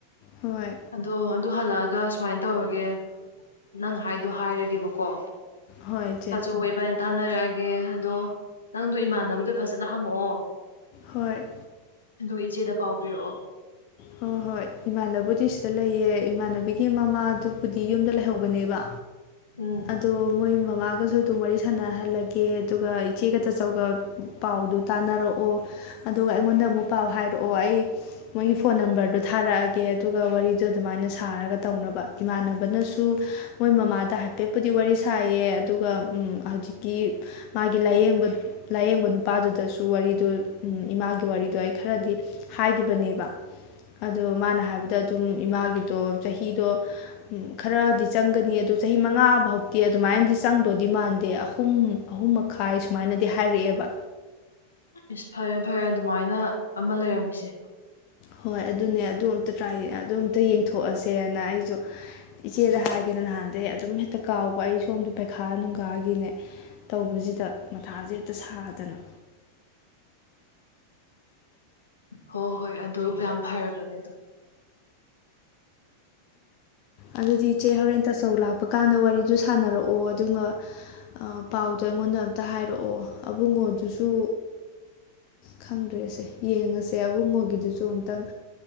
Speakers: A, on the left (about 40°); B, on the left (about 75°).
A: ꯍꯣꯏ
B: ꯑꯗꯣ ꯑꯗꯨ ꯍꯜꯂꯛꯑꯒ ꯁꯨꯃꯥꯏꯟ ꯇꯧꯔꯒꯦ ꯅꯪ ꯍꯥꯏꯗꯣ ꯍꯥꯏꯔꯒꯦꯕꯀꯣ꯫
A: ꯍꯣꯏ ꯏꯆꯦ
B: ꯇꯥꯆꯧꯒ ꯏꯕꯥꯅꯤ ꯇꯥꯅꯔꯛꯑꯒꯦ ꯑꯗꯣ ꯅꯪꯗꯣ ꯏꯃꯥꯟꯅꯕꯗꯣ ꯐꯖꯅ ꯍꯪꯉꯛꯑꯣ꯫
A: ꯍꯣꯏ꯫
B: ꯑꯗꯨꯒ ꯏꯆꯦꯗ ꯄꯥꯎ ꯄꯤꯔꯛꯑꯣ꯫
A: ꯍꯣ ꯍꯣꯏ ꯏꯃꯥꯟꯅꯕꯨꯗꯤ ꯁꯤꯗ ꯂꯩꯌꯦ ꯏꯃꯥꯟꯅꯕꯤꯒꯤ ꯃꯃꯥꯗꯨꯕꯨꯗꯤ ꯌꯨꯝꯗ ꯂꯩꯍꯧꯕꯅꯦꯕ꯫
B: ꯎꯝ
A: ꯑꯗꯣ ꯃꯣꯏ ꯃꯃꯥꯒꯖꯨ ꯗꯨꯝ ꯋꯥꯔꯤ ꯁꯥꯟꯅꯍꯜꯂꯒꯦ ꯑꯗꯨꯒ ꯏꯆꯦꯒ ꯇꯥꯆꯧꯒ ꯄꯥꯎꯗꯨ ꯇꯥꯟꯅꯔꯛꯑꯣ꯫ ꯑꯗꯨꯒ ꯑꯩꯉꯣꯟꯗ ꯑꯃꯨꯛ ꯄꯥꯎ ꯍꯥꯏꯔꯛꯑꯣ ꯑꯩ ꯃꯣꯏꯒꯤ ꯐ ꯐꯣꯟ ꯅꯝꯕꯔꯗꯨ ꯊꯥꯔꯛꯑꯒꯦ ꯑꯗꯨꯒ ꯋꯥꯔꯤꯗꯣ ꯑꯗꯨꯃꯥꯏꯅ ꯁꯥꯔꯒ ꯇꯧꯅꯕ ꯏꯃꯥꯟꯅꯕꯅꯁꯨ ꯃꯣꯏ ꯃꯃꯥꯗ ꯍꯥꯏꯐꯦꯠꯄꯨꯗꯤ ꯋꯥꯔꯤ ꯁꯥꯏꯌꯦ ꯑꯗꯨꯒ ꯎꯝ ꯍꯧꯖꯤꯛꯀꯤ ꯃꯥꯒꯤ ꯂꯥꯏꯌꯦꯡꯕ ꯂꯥꯏꯌꯦꯡꯕ ꯅꯨꯄꯥꯗꯨꯗꯁꯨ ꯋꯥꯔꯤꯗꯣ ꯎꯝ ꯏꯃꯥꯒꯤ ꯋꯥꯔꯤꯗꯣ ꯑꯩ ꯈꯔꯗꯤ ꯍꯥꯏꯒꯤꯕꯅꯦꯕ꯫ ꯑꯗꯣ ꯃꯥꯅ ꯍꯥꯏꯕꯗ ꯑꯗꯨꯝ ꯏꯃꯥꯒꯤꯗꯣ ꯆꯍꯤꯗꯣ ꯈꯔꯗꯤ ꯆꯪꯒꯅꯤ ꯑꯗꯨ ꯆꯍꯤ ꯃꯉꯥ ꯐꯥꯎꯗꯤ ꯑꯗꯨꯃꯥꯏꯟꯗꯤ ꯆꯪꯗꯣꯗꯤ ꯃꯥꯟꯗꯦ ꯑꯍꯨꯝ ꯑꯍꯨꯝ ꯃꯈꯥꯏ ꯁꯨꯃꯥꯏꯅꯗꯤ ꯍꯥꯏꯔꯛꯑꯦꯕ꯫
B: ꯏꯁ ꯐꯔꯦ ꯐꯔꯦ ꯑꯗꯨꯃꯥꯏꯅ ꯑꯃ ꯂꯩꯔꯝꯃꯤꯁꯦ꯫
A: ꯍꯣꯏ ꯑꯗꯨꯅꯦ ꯑꯗꯨ ꯑꯝꯇ ꯇ꯭ꯔꯥꯏ ꯑꯗꯨ ꯑꯝꯇ ꯌꯦꯡꯊꯣꯛꯑꯁꯦꯅ ꯑꯩꯁꯨ ꯏꯆꯦꯗ ꯍꯥꯏꯒꯦꯅ ꯅꯍꯥꯟꯗꯩ ꯑꯗꯨꯝ ꯍꯦꯛꯇ ꯀꯥꯎꯕ ꯑꯩ ꯁꯣꯝꯗ ꯄꯩꯈꯥ ꯅꯨꯡꯒꯥꯥꯒꯤꯅꯦ꯫ ꯇꯧꯕꯖꯤꯗ ꯃꯊꯥꯖꯦ ꯍꯦꯛꯇ ꯁꯥꯗꯅ꯫
B: ꯍꯣ ꯍꯣꯏ ꯑꯗꯨ ꯌꯥꯝ ꯐꯔꯕꯅꯦ ꯑꯗꯣ꯫
A: ꯑꯗꯨꯗꯤ ꯏꯆꯦ ꯍꯧꯔꯦꯟ ꯇꯆꯧ ꯂꯥꯛꯄ ꯀꯥꯟꯗ ꯋꯥꯔꯤꯗꯨ ꯁꯥꯟꯅꯔꯛꯑꯣ ꯑꯗꯨꯒ ꯑꯥ ꯄꯥꯎꯗꯣ ꯑꯩꯉꯣꯟꯗ ꯑꯝꯇ ꯍꯥꯏꯔꯛꯑꯣ ꯑꯕꯨꯡꯉꯣꯗꯨꯁꯨ ꯈꯪꯗ꯭ꯔꯦꯁꯦ ꯌꯦꯡꯉꯁꯦ ꯑꯕꯨꯡꯉꯣꯒꯤꯗꯨꯁꯨ ꯑꯝꯇꯪ